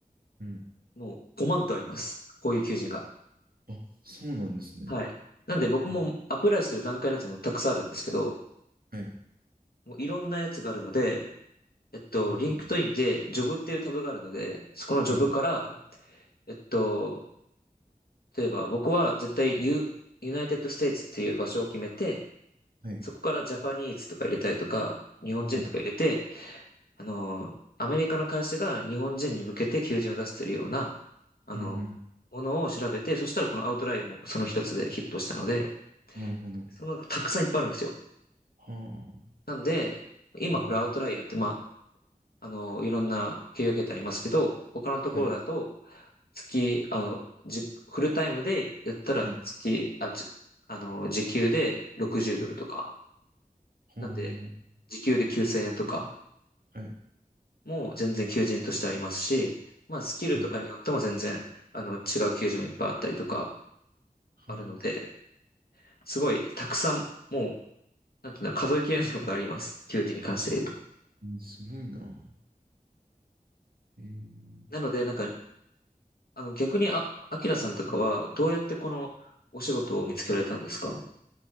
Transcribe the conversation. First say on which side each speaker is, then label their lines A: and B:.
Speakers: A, on the right; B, on the left.
A: うん。
B: う5万とあります。こういう求人が。
A: あ、そうなんですね。
B: はい。なんで僕もアプライしてる段階のやつもたくさんあるんですけど、
A: え、はい。
B: もういろんなやつがあるので、えっと、
A: は
B: リンクトインでジョブっていうタブがあるので、そこのジョブから、
A: はい。
B: えっと、例えば僕は絶対ユ、ユナイテッドステイツっていう場所を決めて、
A: はい。
B: そこからジャパニーズとか入れたりとか、日本人とか入れて、
A: はい。
B: あの、アメリカの会社が日本人に向けて求人を出しているような、あの、
A: うん、うん。うん
B: ものを調べて、そしたらこのアウトライアーもその一つでヒットしたので、
A: なるほど。
B: その、たくさんいっぱいあるんですよ。
A: はあ。
B: なんで、今これアウトライアーって、
A: うん、うん
B: まあ、あの、いろんな企業形態ありますけど、他のところだと、
A: はい。
B: 月、あの、じ、フルタイムでやったら月、
A: はい。
B: あ、つ、あの、時給で60ドルとか。
A: はい。は
B: なんで、時給で9000円とか。
A: あ。はい。
B: もう全然求人としてありますし、まあスキルとかによっても全然、
A: はい。
B: あの、違う求人もいっぱいあったりとか
A: はあ。
B: あるので、すごいたくさん、もう、なんていうの、数えきれないことあります。求人に関して言うと。
A: うんすごいな。えー、
B: なので、なんか、あの、逆に、あ、アキラさんとかは、どうやってこのお仕事を見つけられたんですか